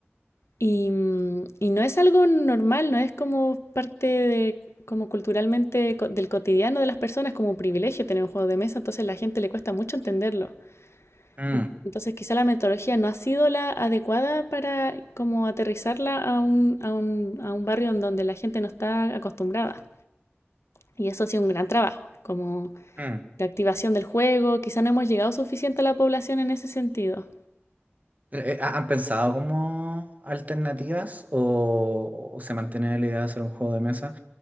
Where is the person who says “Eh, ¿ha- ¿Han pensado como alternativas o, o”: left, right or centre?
Right